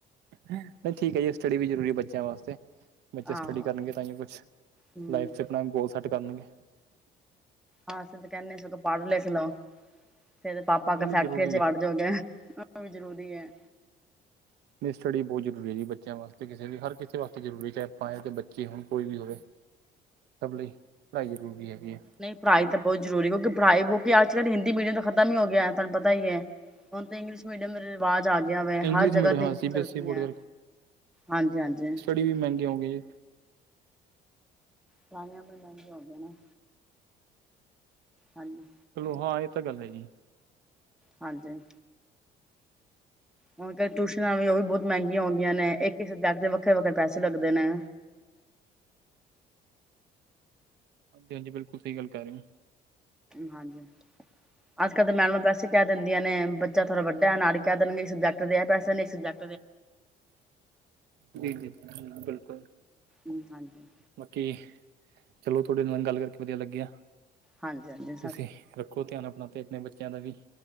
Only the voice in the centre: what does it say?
ਆਹੋ
ਹਮ
ਹਾਂ ਅਸੀ ਤੇ ਕੈਨੇ ਆਂ ਸਗੋਂ ਪੜ੍ਹ ਲਿਖ ਲਔ ਤੇ ਇਦੇ ਪਾਪਾ
ਅੱਗੋਂ
ਫੈਕਟਰੀਆਂ
ਚਲਾਂ
ਜੋਗੇ, ਔ ਵੀ ਜ਼ਰੂਰੀ ਏ।
ਨਈ ਪੜ੍ਹਾਈ ਤੇ ਬੋਤ ਜ਼ਰੂਰੀ ਕਿਉਂਕਿ ਪੜ੍ਹਾਈ ਕਿਉਂਕਿ ਅੱਜ ਕੱਲ੍ਹ ਹਿੰਦੀ ਮੀਡੀਅਮ ਤਾਂ ਖਤਮ ਈ ਹੋ ਗਿਐ, ਤਾਨੂੰ ਪਤਾ ਈ ਏ। ਹੁਣ ਤੇ ਇੰਗਲਿਸ਼ ਮੀਡੀਅਮ ਦਾ ਰਿਵਾਜ਼ ਆ ਗਿਆ ਵੇ।
ਹਰ ਜਗ੍ਹਾ
ਤੇ
ਚੱਲਤੀ
ਹੈ। ਹਾਂਜੀ-ਹਾਂਜੀ।
ਪੜਾਈਆਂ ਬੜੀ ਮਹਿੰਗੀਆਂ ਹੋ ਗਈਆਂ ਨੇ। ਹਾਂਜੀ।
ਹਾਂਜੀ-ਹਾਂਜ ਹੁਣ ਤੇ ਟਿਊਸ਼ਨਾਂ ਵੀ ਔ ਵੀ ਬੋਤ ਮਹਿੰਗੀਆਂ ਹੋ ਗਈਆਂ ਨੇ। ਇੱਕ ਈ ਸਬਜੈਕਟ ਦੇ ਵੱਖਰੇ-ਵੱਖਰੇ ਪੈਸੇ ਲੱਗਦੇ ਨੇ।
ਹਾਂਜੀ।
ਅੱਜਕੱਲ ਤੇ ਮੈਮਾਂ ਵੈਸੇ ਕੈ ਦਿੰਦੀਆਂ ਨੇ ਬੱਚਾ ਥੋੜਾ ਵੱਡਾ ਐ ਨਾਲ ਈ ਕੈ ਦੇਣਗੇ ਇਸ ਸਬੈਕਟ ਦੇ ਐ ਪੈਸੇ ਨੇ, ਇਸ ਸਬਜੈਟ
ਹਾਂਜੀ
ਹਾਂਜੀ-ਹਾਂਜੀ।